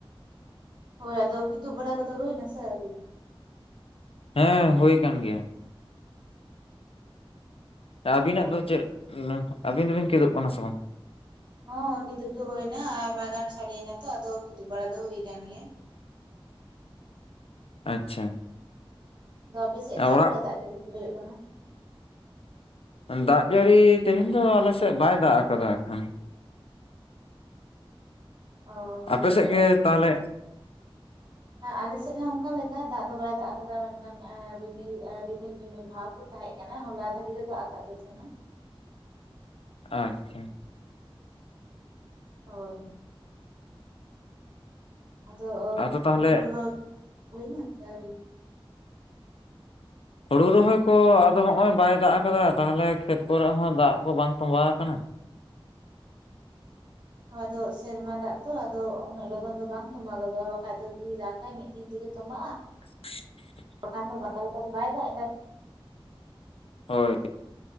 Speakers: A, on the right (about 50°); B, on the left (about 80°).
A: ᱦᱳᱭ ᱟᱫᱚ ᱠᱤᱫᱩᱵ ᱵᱟᱲᱟ ᱠᱚᱫᱚ ᱦᱩᱭᱱᱟᱥᱮ ᱟᱹᱣᱨᱤ?
B: ᱦᱮᱸ ᱦᱩᱭ ᱠᱟᱱ ᱜᱮᱭᱟ᱾ ᱟᱹᱵᱤᱱᱟᱜ
A: ᱚ
B: ᱫᱚ ᱪᱮᱫ ᱟᱹᱵᱤᱱ ᱫᱚᱵᱤᱱ ᱪᱮᱫᱚᱜ ᱠᱟᱱᱟ ᱥᱮ ᱵᱟᱝ
A: ᱦᱚᱸ ᱠᱤᱫᱩᱵ ᱫᱚ ᱦᱩᱭᱱᱟ ᱟ ᱢᱟᱜᱟᱱ ᱥᱟᱰᱮᱤᱭᱱᱟ ᱛᱚ ᱟᱫᱚ ᱠᱤᱫᱩᱵ ᱵᱟᱲᱟ ᱫᱚ ᱦᱩᱭ ᱟᱠᱟᱱ ᱜᱮᱭᱟ
B: ᱟᱪᱪᱷᱟ
A: ᱟᱫᱚ ᱟᱯᱮᱥᱮᱫ ᱪᱮᱫ
B: ᱚᱲᱟᱜ
A: ᱞᱮᱠᱟ ᱫᱟᱜ ᱡᱟᱹᱲᱤ ᱫᱚ ᱦᱩᱭᱩᱜ ᱠᱟᱱᱟ
B: ᱫᱟᱜ ᱡᱟᱹᱲᱤ ᱛᱮᱦᱮᱧ ᱫᱚ ᱟᱞᱮ ᱥᱮᱫ ᱵᱟᱭ ᱫᱟᱜ ᱟᱠᱟᱫᱟ ᱟᱠᱷᱟᱱ
A: ᱚ ᱦᱳᱭ
B: ᱟᱯᱮ
A: ᱦᱳᱭ
B: ᱥᱮᱫ ᱜᱮ ᱛᱟᱦᱚᱞᱮ
A: ᱟᱞᱮᱥᱮᱫ ᱦᱚᱸ ᱚᱱᱠᱟ ᱞᱮᱠᱟ ᱫᱟᱜ ᱫᱚ ᱵᱟᱭ ᱫᱟᱜ ᱟᱠᱟᱫᱟ ᱢᱮᱱᱠᱷᱟᱱ ᱨᱤᱢᱤᱞ ᱨᱤᱢᱤᱞ ᱨᱤᱢᱤᱞ ᱵᱷᱟᱣ ᱠᱚ ᱛᱟᱦᱮᱸᱛ ᱠᱟᱱᱟ ᱦᱚᱞᱟ ᱫᱷᱟᱹᱨᱤ ᱫᱟᱜ ᱟᱠᱟᱫ ᱜᱮ ᱛᱟᱦᱮᱱᱟ
B: ᱟᱪᱪᱷᱟ
A: ᱦᱳᱭ ᱟᱫᱚ
B: ᱟᱫᱚ ᱛᱟᱦᱚᱞᱮ
A: ᱦᱩᱲᱩ ᱨᱚᱦᱚᱭ ᱦᱩᱭ ᱮᱱᱟ ᱥᱮ ᱟᱣᱨᱤ?
B: ᱦᱳᱲᱩ ᱨᱚᱦᱚᱭ ᱠᱚ ᱟᱫᱚ ᱦᱚᱜ ᱚᱭ ᱵᱟᱭ ᱫᱟᱜ ᱟᱠᱟᱫᱟ ᱛᱟᱦᱚᱞᱮ ᱠᱷᱮᱛ ᱠᱚᱨᱮ ᱦᱚᱸ ᱫᱟᱜ ᱠᱚ ᱵᱟᱝ ᱛᱚᱸᱵᱟᱣ ᱟᱠᱟᱱᱟ
A: ᱟᱫᱚ ᱥᱮᱨᱢᱟ ᱫᱟᱜ ᱛᱚ ᱟᱫᱚ ᱩᱱᱟᱹᱜ ᱞᱚᱜᱚᱱ ᱫᱚ ᱵᱟᱝ ᱛᱚᱸᱵᱟ ᱜᱚᱫᱚᱜᱼᱟ ᱵᱟᱠᱷᱟᱡ ᱫᱚ ᱫᱟᱜᱟᱭ ᱢᱤᱫ ᱫᱤᱱ ᱛᱮᱜᱮ ᱛᱚᱵᱟᱜᱼᱟ
B: <inaudible>
A: ᱵᱟᱠᱷᱟᱱ ᱫᱚ ᱵᱟᱠᱟ ᱞᱮᱠᱟ ᱫᱚ ᱵᱟᱭ ᱫᱟᱜ ᱮᱫᱟ
B: ᱦᱳᱭ